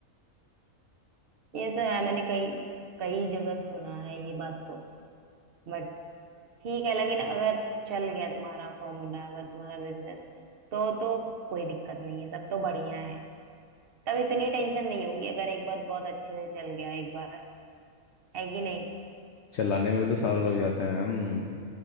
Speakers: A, on the right (about 55°); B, on the left (about 65°).
A: ये तो है मैंने कई कई जगह सुना है ये बात तो बट ठीक है लेकिन अगर चल गया तुम्हारा फॉर्मूला अगर तुम्हारा बिजनेस तो तो कोई दिक्कत नहीं है तब तो बढ़िया है तब इतनी टेंशन नहीं होगी अगर एक बार बहुत अच्छे से चल गया एक बार है कि नहीं
B: चलाने में भी तो सालों लग जाते हैं मैम